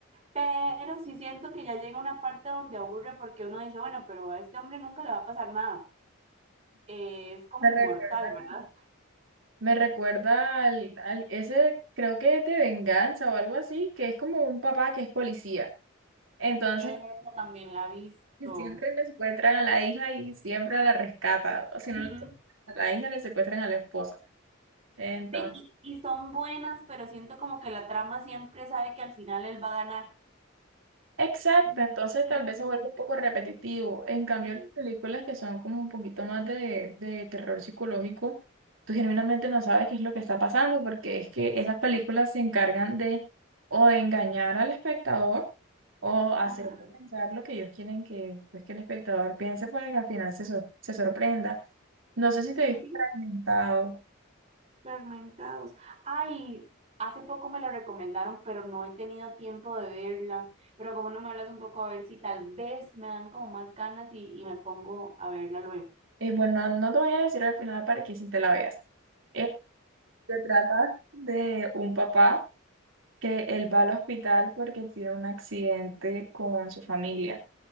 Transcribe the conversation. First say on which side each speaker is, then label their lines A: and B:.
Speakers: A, on the right; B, on the right.
A: Pero sí siento que ya llega una parte donde aburre porque uno dice, bueno, pero a este hombre nunca le va a pasar nada eh, es como
B: Me
A: inmortal,
B: recuerda,
A: ¿verdad?
B: me recuerda al, al- ese, creo que es de venganza o algo así, que es como un papá que es policía. Entonces,
A: Esa también la he visto.
B: que siempre le secuestran a la hija y siempre la rescatan. O si
A: Ujú.
B: no, le secuestran a la hija le secuestran a la esposa. Entonces,
A: Sí, y, y son buenas, pero siento como que la trama siempre sabe que al final él va a ganar.
B: exacto,
A: Mm,
B: entonces tal
A: ujú,
B: vez se vuelve un poco repetitivo. En cambio,
A: Sí,
B: las películas que son como un poquito más de, de terror psicológico, tú genuinamente no sabes qué es lo que está pasando porque es que esas películas se encargan de o de engañar al espectador o hacer
A: ajá.
B: pensar lo que ellos quieren que, pues, que el espectador piense para que al final se, sor- se sorprenda. No sé si te
A: Sí,
B: viste
A: sí,
B: fragmentado.
A: fragmentados. Ay, hace poco me la recomendaron, pero no he tenido tiempo de verla. Pero como no me hablas un poco, a ver si tal vez me dan como más ganas y, y me pongo a verla luego.
B: Eh, bueno, no te voy a decir al final para que si te la veas. Eh, se trata de un papá que él va al hospital porque tiene un accidente con su familia